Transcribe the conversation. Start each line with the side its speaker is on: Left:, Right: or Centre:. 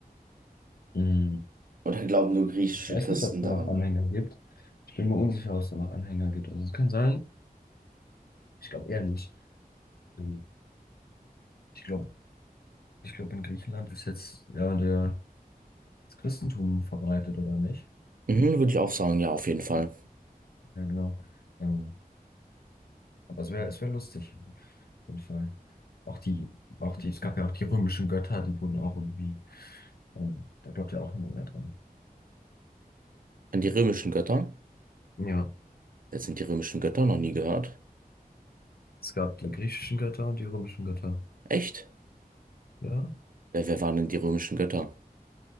Left: mh,
Right: Oder glauben nur griechische
Left: ich weiß
Right: Christen
Left: nicht, ob es da
Right: daran?
Left: noch Anhänger gibt. Ich bin mir unsicher, ob es da noch Anhänger gibt. Also es kann sein, ich glaube eher nicht. Ähm, Ich glaube, ich glaube, in Griechenland ist jetzt ja der, das Christentum verbreitet, oder nicht?
Right: Mhm, würde ich auch sagen, ja, auf jeden Fall.
Left: Ja, genau. Ähm, aber es wäre es wär lustig, auf jeden Fall. Auch die, auch die, es gab ja auch die römischen Götter, die wurden auch irgendwie, ähm, da glaubt ja auch niemand mehr dran.
Right: An die römischen Götter.
Left: Ja,
Right: Jetzt sind die römischen Götter noch nie gehört.
Left: es gab die griechischen Götter und die römischen Götter.
Right: Echt?
Left: Ja,
Right: Wer, wer waren denn die römischen Götter?